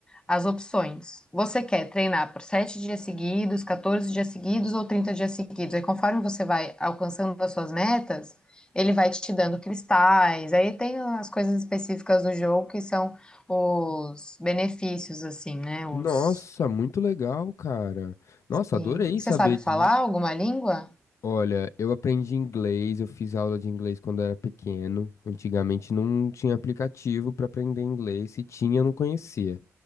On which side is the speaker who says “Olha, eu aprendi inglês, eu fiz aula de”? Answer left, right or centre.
Left